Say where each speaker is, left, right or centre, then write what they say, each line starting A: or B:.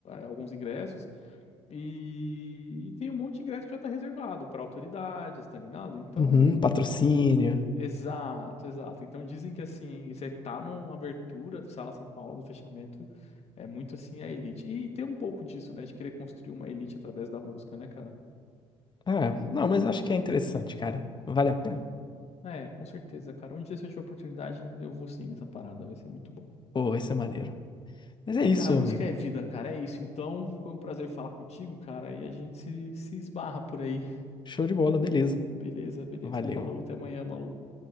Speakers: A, on the left (about 55°); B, on the left (about 35°).
A: alguns ingressos. E tem um monte de ingresso que já tá reservado para autoridades, tá ligado? Então,
B: Uhum, patrocínio.
A: exato, exato. Então dizem que assim, você tá numa abertura do Sala São Paulo, no fechamento, é muito assim a elite. E tem um pouco disso, né, de querer construir uma elite através da música, né, cara?
B: Ah, não, mas acho que é interessante, cara. Vale a pena.
A: É, com certeza, cara. Um dia se eu tiver oportunidade, eu vou sim nessa parada, vai ser muito bom.
B: Pô, vai ser maneiro. Mas é
A: É,
B: isso,
A: cara, a
B: meu
A: música
B: amigo.
A: é vida, cara. É isso. Então, foi um prazer falar contigo, cara, e a gente se, se esbarra por aí.
B: Show de bola, beleza.
A: Beleza, beleza.
B: Valeu.
A: Falou, até amanhã, maluco.